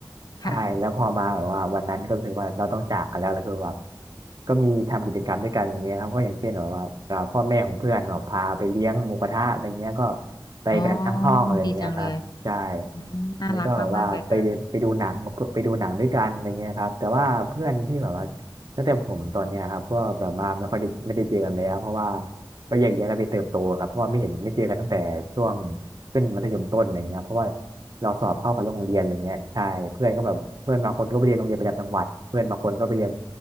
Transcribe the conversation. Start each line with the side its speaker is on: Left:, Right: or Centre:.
Right: ใช่แล้วพอมาแบบว่าวันนั้นก็รู้สึกว่าเราต้องจากกันแล้วแล้วคือแบบ
Left: ค่ะ
Right: ก็มีทำกิจกรรมด้วยกันอย่างเงี้ยครับก็อย่างเช่นแบบว่าอ่าพ่อแม่ของเพื่อนเนาะพาไปเลี้ยงหมูกระทะอะไรเงี้ยก็ไปกันทั้งห้องอะไรเงี้ยครับ
Left: อ๋อดีจังเลย
Right: ใช่
Left: อืมน่ารักมากๆเลยค่ะ
Right: แล้วก็แบบว่าไปไปดูหนังไปดูหนังด้วยกันอะไรเงี้ยครับแต่ว่าเพื่อนที่แบบว่าตั้งแต่ผมตอนเนี้ยครับก็แบบว่าไม่ค่อยได้ไม่ได้เจอกันแล้วเพราะว่าก็แยกย้ายกันไปเติบโตครับเพราะว่าไม่เห็นไม่เจอกันตั้งแต่ช่วงขึ้นมัธยมต้นอะไรเงี้ยเพราะว่าเราสอบเข้ากับโรงเรียนอะไรเงี้ยใช่เพื่อนก็แบบเพื่อนบางคนก็ไปเรียนโรงเรียนประจำจังหวัดเพื่อนบางคนก็ไปเรียน